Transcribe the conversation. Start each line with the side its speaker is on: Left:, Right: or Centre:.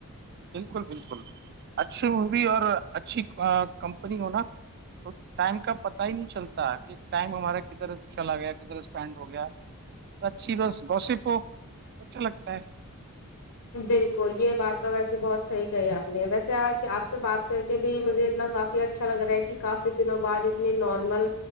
Right: بالکل بالکل اچھی مووی اور اچھی کمپنی ہوناا تو ٹائم کا پتا ہی نہیں چلتا کہ ٹائم ہمارا کدھر چلا گیا کدھر اسپینڈ ہو گیا اچھی بس گوسپ اچھا لگتا ہے
Left: بالکل یہ بات تو ویسے بہت صحیح کہی آپ نے ویسے آج آپ سے بات کر کے بھی مجھے اتنا کافی اچھا اچھا لگ رہا ہے کہ کافی دنوں بعد اتنی نارمل